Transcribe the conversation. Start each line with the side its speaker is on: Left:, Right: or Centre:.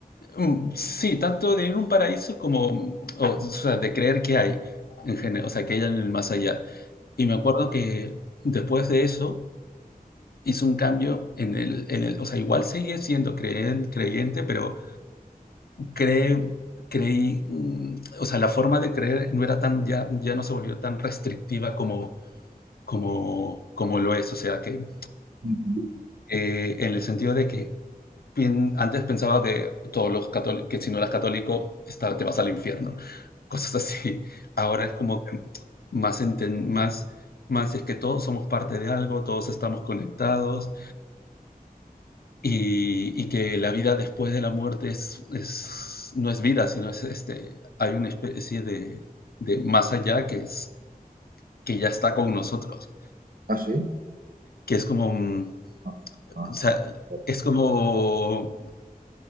Left: Mm, Sí, tanto de ir a un paraíso como, mm, o, o sea, de creer que hay, en general, o sea, que hay en el más allá. Y me acuerdo que después de eso hice un cambio en el, en el, o sea, igual seguí siendo creen- creyente, pero cree, creí, mm, o sea, la forma de creer no era tan, ya, ya no se volvió tan restrictiva como, como, como lo es, o sea, que
Right: Ujú.
Left: eh, en el sentido de que pien- antes pensaba que todos los católicos, que si no eras católico, está- te vas al infierno, cosas así. Ahora es como que más, enten- más, más es que todos somos parte de algo, todos estamos conectados y, y que la vida después de la muerte es, es- no es vida, sino es este, hay una especie de, de más allá que es que ya está con nosotros,
Right: ¿Ah, sí?
Left: que es como, mm,
Right: Ah, ah,
Left: o sea,
Right: vale.
Left: es como